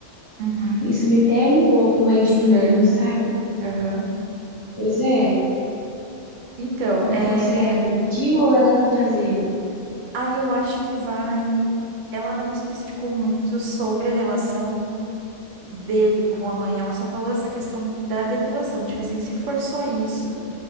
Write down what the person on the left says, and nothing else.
isso me pega um pouco, mãe
de
menino, sabe?
Pois é.
Então,
será que ele pediu ou ela tá fazendo?